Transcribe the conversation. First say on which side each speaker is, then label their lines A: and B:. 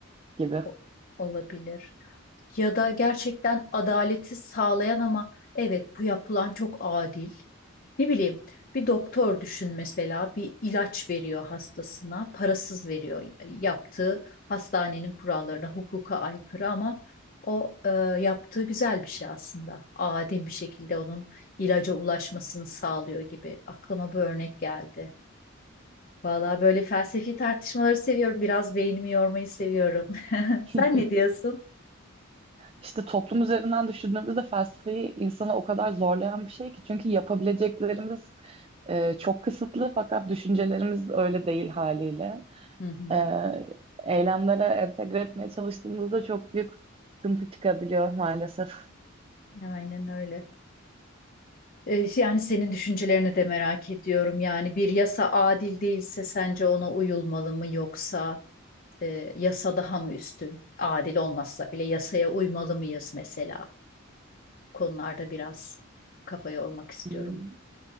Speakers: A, on the right; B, on the left.
A: gibi.
B: O- olabilir. Ya da gerçekten adaleti sağlayan ama evet bu yapılan çok adil. Ne bileyim bir doktor düşün mesela bir ilaç veriyor hastasına parasız veriyor e, yaptığı hastanenin kurallarına hukuka aykırı ama o e, yaptığı güzel bir şey aslında adil bir şekilde onun ilaca ulaşmasını sağlıyor gibi aklıma bu örnek geldi. Valla böyle felsefi tartışmaları seviyorum biraz beynimi yormayı seviyorum. <laughs>
A: <laughs>
B: Sen ne diyorsun?
A: İşte toplum üzerinden düşündüğümüzde felsefeyi insanı o kadar zorlayan bir şey ki çünkü yapabileceklerimiz e, çok kısıtlı fakat düşüncelerimiz öyle değil haliyle.
B: Hı hı.
A: E, eylemlere entegre etmeye çalıştığımızda çok büyük sıkıntı çıkabiliyor maalesef.
B: Aynen öyle. E, Yani senin düşüncelerini de merak ediyorum. Yani bir yasa adil değilse sence ona uyulmalı mı yoksa e, yasa daha mı üstün? Adil olmazsa bile yasaya uymalı mıyız mesela? Konularda biraz kafa yormak istiyorum.
A: Hmm.